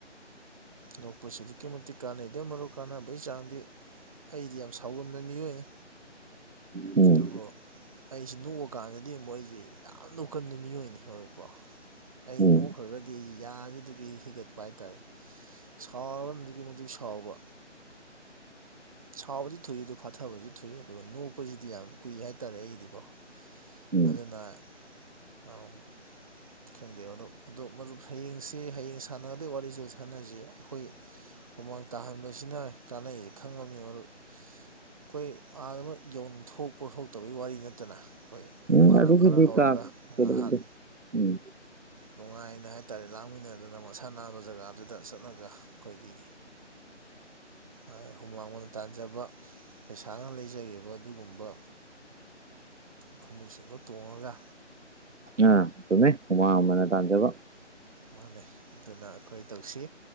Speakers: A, on the right; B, on the right.
A: ꯅꯣꯛꯄꯁꯤ ꯑꯗꯨꯛꯀꯤ ꯃꯇꯤꯛ ꯀꯥꯟꯅꯩꯗ ꯃꯔꯨꯞ ꯀꯥꯟꯅꯕꯩ ꯆꯥꯡꯗꯤ ꯑꯩꯗꯤ ꯌꯥꯝ ꯁꯥꯎꯒꯟꯕ ꯃꯤ ꯃꯤꯑꯣꯏꯅꯤ
B: ꯎꯝ
A: ꯑꯗꯨꯕꯨ ꯑꯩꯁꯤ ꯅꯣꯛꯑꯀꯥꯟꯗꯗꯤ ꯑꯃꯨꯛ ꯑꯩꯖꯦ ꯌꯥꯝ ꯅꯣꯛꯀꯟꯕ ꯃꯤꯑꯣꯏꯅꯤ ꯍꯣꯏꯕꯀꯣ ꯑꯩ
B: ꯎꯝ
A: ꯅꯣꯛꯈ꯭ꯔꯒꯗꯤ ꯌꯥꯖꯤꯗꯒꯤ ꯍꯤꯒꯠꯄ ꯍꯥꯏꯇꯥꯔꯦ ꯁꯥꯎꯔꯒꯅ ꯑꯗꯨꯛꯀꯤ ꯃꯇꯤꯛ ꯁꯥꯎꯕ
B: <inaudible>
A: ꯁꯥꯎꯕꯗꯤ ꯊꯨꯏ ꯑꯗꯨ ꯐꯥꯊꯕꯖꯨ ꯊꯨꯏ ꯑꯗꯨꯒ ꯅꯣꯛꯄꯖꯤꯗꯤ ꯌꯥꯝ ꯀꯨꯏ ꯍꯥꯏꯇꯥꯔꯦ ꯑꯩꯒꯤꯗꯤꯀꯣ
B: ꯎꯝ
A: ꯑꯗꯨꯅ <unintelligible> ꯈꯪꯗꯦ ꯑꯗꯣ ꯑꯗꯨ ꯃꯗꯨ ꯍꯌꯦꯡꯁꯤ ꯍꯌꯦꯡ ꯁꯥꯟꯅꯗꯣꯏ ꯋꯥꯔꯤꯖꯦ <unintelligible> ꯁꯥꯟꯅꯖꯤ ꯑꯩꯈꯣꯏ ꯍꯨꯃꯥꯡ ꯇꯥꯍꯟꯕꯁꯤꯅ ꯀꯥꯟꯅꯩ ꯈꯪꯉꯕꯅꯤ ꯃꯔꯨꯞ ꯑꯩꯈꯣꯏ ꯑꯥꯗ ꯃꯣꯏ ꯌꯧ ꯊꯣꯛꯄ ꯊꯣꯛꯇꯕꯒꯤ ꯋꯥꯔꯤ ꯅꯠꯇꯅ ꯑꯩꯈꯣꯏ
B: ꯎꯝ
A: ꯏꯃꯥꯟꯅꯕ
B: ꯑꯗꯨꯒꯤꯗꯤ
A: ꯈꯔ ꯍꯧꯔꯒ
B: ꯀꯥ ꯀꯩꯗꯧꯗꯦ
A: ꯉꯍꯥꯛ
B: ꯎꯝ
A: ꯅꯨꯡꯉꯥꯏꯅ ꯍꯥꯏꯇꯥꯔꯦ ꯂꯥꯡꯃꯤꯟꯅꯗꯨꯅ ꯃꯁꯥ ꯅꯥꯟꯕ ꯖꯒꯥꯗꯨꯗ ꯆꯠꯂꯒ ꯑꯩꯈꯣꯏꯒꯤ ꯑꯥ ꯍꯨꯃꯥꯡ ꯃꯟꯅ ꯇꯥꯟꯖꯕ ꯄꯩꯁꯥꯅ ꯂꯩꯖꯒꯤꯕ ꯑꯗꯨꯒꯨꯝꯕ ꯈꯨꯃꯨꯛꯁꯤꯡꯗꯣ ꯇꯣꯡꯉꯒ
B: ꯑꯥ ꯆꯨꯝꯃꯤ ꯍꯨꯃꯥꯡꯃꯟꯅ ꯇꯥꯟꯖꯕ
A: ꯃꯥꯅꯤ ꯑꯗꯨꯅ ꯑꯩꯈꯣꯏ ꯇꯧꯁꯤ